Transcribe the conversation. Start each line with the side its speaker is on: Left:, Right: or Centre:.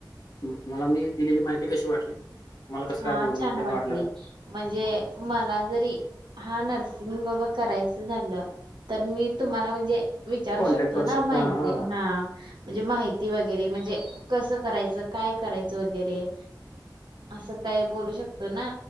Left: मग मला मी दिलेली माहिती कशी वाटली त मला कसं
Right: हा
Left: आहे बोलून
Right: छान
Left: त्यांना
Right: वाटली.
Left: वाटलं.
Right: म्हणजे मला जरी हा नर्सिंग बाबा करायचं झालं तर मी तुम्हाला म्हणजे विचारू
Left: कॉन्टॅक्ट
Right: शकतो
Left: करू
Right: ना
Left: शकता.
Right: माहिती
Left: हां.
Right: हा. म्हणजे माहिती वगैरे म्हणजे कसं करायचं काय करायचं वगैरे. असं काही बोलू शकतो ना.